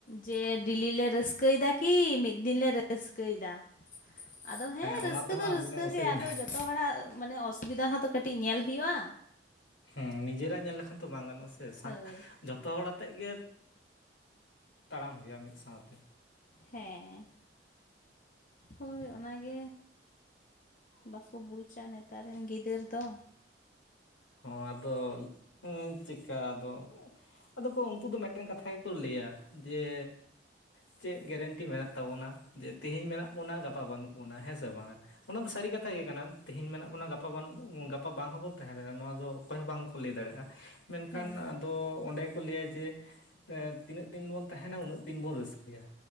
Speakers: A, on the left; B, on the left.
A: ᱡᱮ ᱰᱮᱞᱤ ᱞᱮ ᱨᱟᱹᱥᱠᱟᱹᱭ ᱮᱫᱟ ᱠᱤ ᱢᱤᱫ ᱫᱤᱱ ᱞᱮ ᱨᱟᱹᱥᱠᱟᱹᱭᱮᱫᱟ ᱟᱫᱚ ᱦᱮᱸ
B: ᱚᱱᱟ
A: ᱨᱟᱹᱥᱠᱟᱹ
B: ᱛᱮᱦᱚᱸ
A: ᱫᱚ
B: ᱟᱹᱵᱤᱱᱟᱜ
A: ᱨᱟᱹᱥᱠᱟᱹ
B: ᱚᱥᱩᱵᱤᱫᱷᱟ
A: ᱜᱮ ᱟᱫᱚ ᱡᱚᱛᱚ ᱦᱚᱲᱟᱜ ᱢᱟᱱᱮ ᱚᱥᱩᱵᱤᱫᱟ ᱦᱚᱸᱛᱚ ᱠᱟᱹᱴᱤᱡ ᱧᱮᱞ ᱦᱩᱭᱩᱜᱼᱟ
B: ᱦᱮᱸ ᱱᱤᱡᱮᱨᱟᱜ ᱧᱮᱞ ᱞᱮᱠᱷᱟᱱ ᱛᱚ ᱵᱟᱝ ᱜᱟᱱᱚᱜᱼᱟ ᱥᱮ
A: ᱦᱳᱭ
B: ᱡᱚᱛᱚ ᱦᱚᱲ ᱟᱛᱮᱫ ᱜᱮ ᱛᱟᱲᱟᱢ ᱦᱩᱭᱩᱜᱼᱟ ᱢᱤᱫ ᱥᱟᱶᱛᱮ
A: ᱦᱮᱸ ᱦᱳᱭ ᱚᱱᱟᱜᱮ ᱵᱟᱠᱚ ᱵᱩᱡᱟ ᱱᱮᱛᱟᱨ ᱨᱮᱱ ᱜᱤᱫᱟᱹᱨ ᱫᱚ
B: ᱦᱚᱸ ᱟᱫᱚ ᱪᱮᱠᱟ ᱟᱫᱚ ᱟᱫᱚ ᱠᱚ ᱩᱱᱠᱩ ᱫᱚ ᱢᱤᱫᱴᱮᱱ ᱠᱟᱛᱷᱟ ᱜᱮ ᱠᱚ ᱞᱟᱹᱭᱟ ᱡᱮ ᱪᱮᱫ ᱜᱮᱨᱮᱱᱴᱤ ᱢᱮᱱᱟᱜ ᱛᱟᱵᱚᱱᱟ ᱡᱮ ᱛᱮᱦᱮᱧ ᱢᱮᱱᱟᱜ ᱵᱚᱱᱟ ᱜᱟᱯᱟ ᱵᱟᱹᱱᱩᱜ ᱵᱚᱱᱟ ᱦᱮᱸᱥᱮ ᱥᱮ ᱵᱟᱝᱟ ᱚᱱᱟ ᱫᱚ ᱥᱟᱹᱨᱤ ᱠᱟᱛᱷᱟ ᱜᱮ ᱠᱟᱱᱟ ᱛᱮᱦᱤᱧ ᱢᱮᱱᱟᱜ ᱵᱚᱱᱟ ᱜᱟᱯᱟ ᱵᱟᱝ ᱜᱟᱯᱟ ᱵᱟᱝ ᱦᱚᱸᱵᱚᱱ ᱛᱟᱦᱮᱸ ᱫᱟᱲᱮᱭᱟᱜᱼᱟ ᱱᱚᱣᱟ ᱫᱚ ᱚᱠᱚᱭ ᱦᱚᱸ ᱵᱟᱝᱠᱚ ᱞᱟᱹᱭ ᱫᱟᱲᱮᱭᱟᱜᱼᱟ ᱢᱮᱱᱠᱷᱟᱱ
A: ᱦᱮᱸ
B: ᱟᱫᱚ ᱚᱸᱰᱮ ᱠᱚ ᱞᱟᱹᱭᱟ ᱡᱮ ᱮ ᱛᱤᱱᱟᱹᱜ ᱫᱤᱱ ᱵᱚᱱ ᱛᱟᱦᱮᱱᱟ ᱩᱱᱟᱹᱜ ᱫᱤᱱ ᱵᱚᱱ ᱨᱟᱹᱥᱠᱟᱹᱭᱟ᱾